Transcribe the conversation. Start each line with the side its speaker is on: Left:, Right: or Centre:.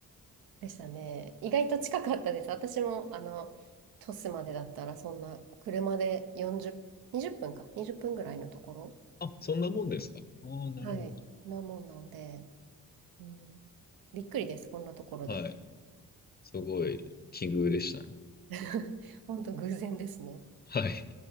Right: <laughs> でしたね。意外と近かったです。私も、あの、鳥栖までだったら、そんな、車で40、20分か、20分ぐらいのところ。
Left: あ、そんなもんですか。ああ、なるほど。
Right: はい。なもんなんで。うん、びっくりです、こんなところで。
Left: はい。すごい、奇遇でしたね。
Right: <laughs> 本当偶然ですね。
Left: はい。